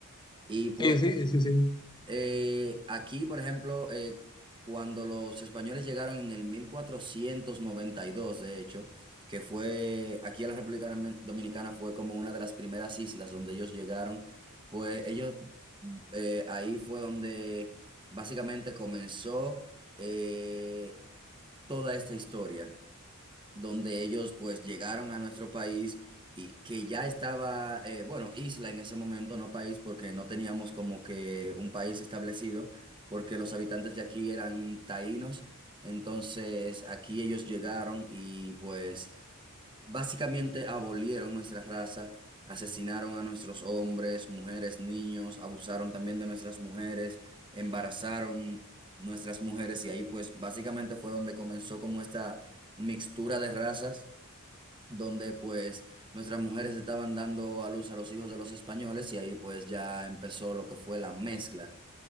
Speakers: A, on the right; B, on the left.
A: y pues
B: Sí, sí, sí, sí.
A: eh, aquí, por ejemplo, eh, cuando los españoles llegaron en el 1492, de hecho, que fue aquí a la República Domin- Dominicana, fue como una de las primeras islas donde ellos llegaron, pues ellos, eh, ahí fue donde básicamente comenzó eh, toda esta historia donde ellos pues llegaron a nuestro país y que ya estaba, eh, bueno, isla en ese momento, no país, porque no teníamos como que un país establecido, porque los habitantes de aquí eran taínos, entonces aquí ellos llegaron y pues... Básicamente abolieron nuestra raza, asesinaron a nuestros hombres, mujeres, niños, abusaron también de nuestras mujeres, embarazaron nuestras mujeres y ahí pues básicamente fue donde comenzó como esta mixtura de razas, donde pues nuestras mujeres estaban dando a luz a los hijos de los españoles y ahí pues ya empezó lo que fue la mezcla.